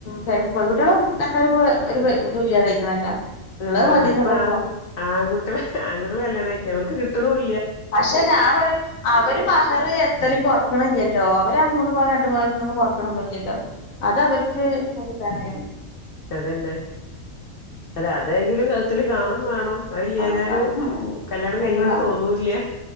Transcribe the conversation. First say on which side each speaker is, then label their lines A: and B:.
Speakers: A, on the left; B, on the left.
A: പെൺകുട്ടിയാളും പെരക്കാരും ഒരു ബ് ഇതും ഇല്ലാതായിക്കണല്ലോ ഉള്ളത്
B: ആഹ്
A: മതിന്നുള്ളൊരു
B: ഇപ്പൊ ആൺ
A: തോന്നൽ
B: ആൺകുട്ടികള് ആഹ് <unintelligible>
A: പക്ഷെ ഞാൻ പറയാ അവര് മഹർ എത്രയും കൊറക്കണ് <unintelligible> <unintelligible> അവരാ മൂന്നൂ പവൻ രണ്ടുപവന്നു കുറക്കണൊന്നില്ലല്ലോ അത അവർക്ക് തന്നെ
B: അതെന്നെ അല്ല അതെങ്കിലും കൗത്തില് കാണും വേണം അയില്ലാഞാലും
A: ആ അതെ അതെ
B: കല്യാണം
A: ആ
B: കഴിഞ്ഞാട്ടു തോന്നൂല്ല